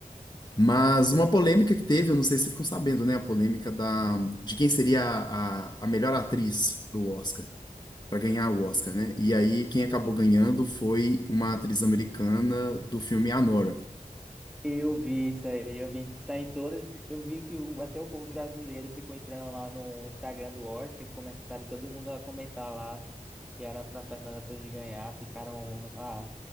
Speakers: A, on the left; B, in the centre.
A: Mas uma polêmica que teve, eu não sei se você ficou sabendo, né? A polêmica da, de quem seria a, a, a melhor atriz pro Oscar, para ganhar o Oscar, né? E aí quem acabou ganhando foi uma atriz americana do filme Anora.
B: Eu vi isso aí, eu vi isso aí em todas. Eu vi que o- até o povo brasileiro ficou entrando lá no Instagram do Oscar, que começaram todo mundo a comentar lá que era para Fernanda Torres ganhar. Ficaram lá.